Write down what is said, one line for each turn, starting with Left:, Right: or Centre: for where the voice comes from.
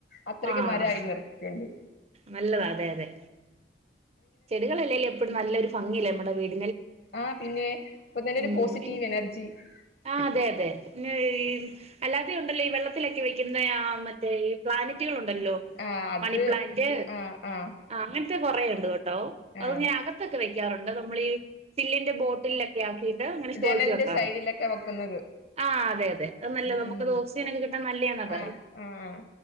Left: അത്രയ്ക്ക്
Right: ആഹ്
Left: മരമായി നിർത്തിട്ടുണ്ട്
Right: നല്ലതാ അതെ അതെ ചെടികളല്ലേലും എപ്പഴും നല്ലൊരു ഭംഗിയല്ലേ നമ്മുടെ വീട്ട
Left: ആ പിന്നെ ഇപ്പൊ തന്നെ ഒരു
Right: ഉം
Left: പോസിറ്റീവ്
Right: പിന്നെ
Left: എനർജി
Right: ആ
Left: കിട്ടും
Right: അതെ അതെ പിന്ന അല്ലാതെയും ഉണ്ടല്ലൊ വെള്ളത്തിലൊക്കെ വയ്ക്കുന്ന ആ മറ്റേ ഈ പ്ലാനറ്റുകളു ല്ലോ
Left: ആഹ് അത്
Right: മണിപ്ലാന്റ്
Left: ആഹ് ആഹ്
Right: അങ്ങനെ കുറേയുണ്ട് കേട്ടോ
Left: ആഹ്
Right: അത്ങ്ങനെ അകത്തൊക്കെ വെക്കാറുണ്ട് നമ്മൾ ഈ ച്ചില്ലിന്റെ ബോട്ടിലൊക്കെ ആക്കി അങ്ങനെ ഷോക്ക്
Left: ജനലിന്റെ
Right: വെക്കാറുണ്ട്.
Left: സൈഡിലൊക്കെ വെക്കുന്നത്
Right: ആ അതെ അതെ അത് നല്ലത്
Left: ഉം ഉം
Right: നുത് ഓക്സിജൻ ഒക്കെ കിട്ടാൻ നല്ല പറ
Left: ആഹ് ആഹ്